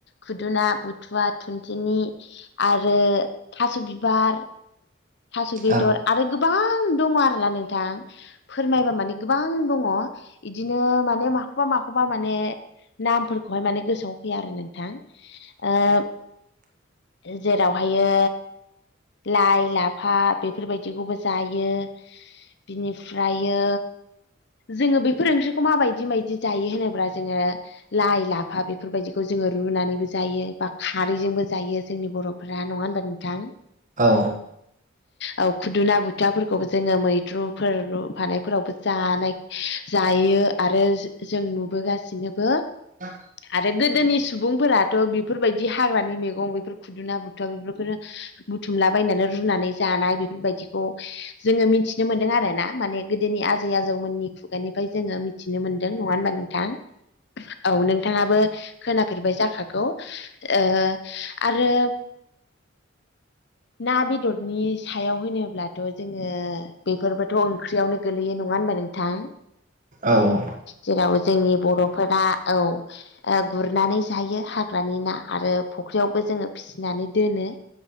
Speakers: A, on the left (about 60°); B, on the right (about 40°).
A: खुदुना बुथुवा थुनथेेनि आरो थास' बिबार थास'
B: औ
A: बेदर आरो गोबां दङ' आरोना नोंथां फोरमायबा माने गोबां दङ' इदिनो माने माखौबा माखौबा माने नामफोरखौहाय माने गोसोआव फैया आरो नोंथां ओ जेरावहायो लाइ ला फा बेफोरबायदिखौबो जायो बिनिफ्रायो जोङो बेफोर ओंख्रिखौ माबायदि मायदि जायो होनोब्ला जोङो लाइ लाफा बेफोरबायदिखौ जोङो रुनानैबो जायो बा खारैजोंबो जायो जोंनि बर' फ्रा नङा होमबा नोंथां?
B: औ
A: औ खुदुना बुथाफोरखौबो जोङो मैद्रुफोर रुफानायफोरावबो जानाय जायो आरो जो-जों नुबोगासिनोबो
B: <inaudible>
A: आरो गोदोनि सुबुंफोराथ' बेफोरबायदि हाग्रानि मैगं बेफोर खुदुना बुथुआ बेफोरखौनो बुथुमलाबायनानै रुनानै जानाय बेफोरबायदिखौ जोङो मिथिनो मोनदों आरो ना माने गोदोनि आजै आजौमोननि खुगानिफ्राय जोङो थिनो मोनदों नङा होनबा नोंथां औ नोंथाङाबो खोनाफेरबाय जाखागौ ओ आरो ना बेद दरनि सायाव होनोब्लाथ' जोङो बेफोरबोथ' ओंख्रियावनो गोगलैयो नङा होनबा नोंथां?
B: औ औ
A: जेराव जोंनि बर'फोरा औ ओ गुरनानै जायो हाग्रानि ना आरो फुख्रियावबो जोङो फिसिनानै दोनो।